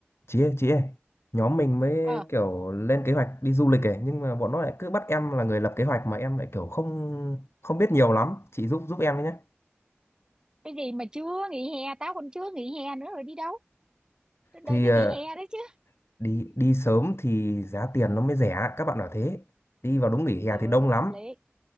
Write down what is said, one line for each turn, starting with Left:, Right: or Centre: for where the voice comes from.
Left: chị ơi, chị ơi nhóm mình mới
Right: ờ
Left: kiểu lên kế hoạch đi du lịch ấy nhưng mà bọn nó lại cứ bắt em là người lập kế hoạch mà em lại kiểu không không biết nhiều lắm chị giúp giúp em với nhé
Right: cái gì mà chưa nghỉ hè tao còn chưa nghỉ hè nữa rồi đi đâu Tao
Left: thì
Right: đợi tới
Left: ờ,
Right: nghỉ hè đấy chứ
Left: đi đi sớm thì giá tiền nó mới rẻ các bạn bảo thế đi vào đúng nghỉ hè
Right: ừ
Left: thì đông lắm
Right: hợp lý